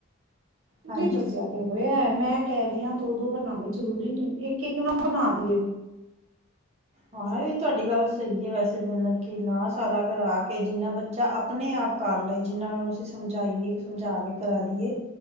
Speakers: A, on the right; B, on the right.
A: ਹਾਂਜੀ।
B: ਨੀ ਦੱਸਿਆ ਤੇ ਹੋਇਆ ਐ ਮੈਂ ਕਹਿ ਰਹੀ ਹਾਂ ਦੋ-ਦੋ ਬਣਾਣੇ ਜ਼ਰੂਰੀ ਨਹੀਂ ਇੱਕ- ਇੱਕ ਨਾ ਬਣਾਦੀਏ।
A: ਆਹ ਇਹ ਤੁਹਾਡੀ ਗੱਲ ਸਹੀ ਹੈ, ਵੈਸੇ ਮਤਲਬ ਕਿ ਨਾ ਸਾਰਾ ਘਰ ਆ ਕੇ ਜਿੰਨਾ ਬੱਚਾ ਆਪਣੇ ਆਪ ਕਰ ਲਏ ਜਿੰਨਾਂ ਨੂੰ ਅਸੀਂ ਸਮਝਾਈਏ ਸਮਝਾ ਕੇ ਕਰਾ ਦਈਏ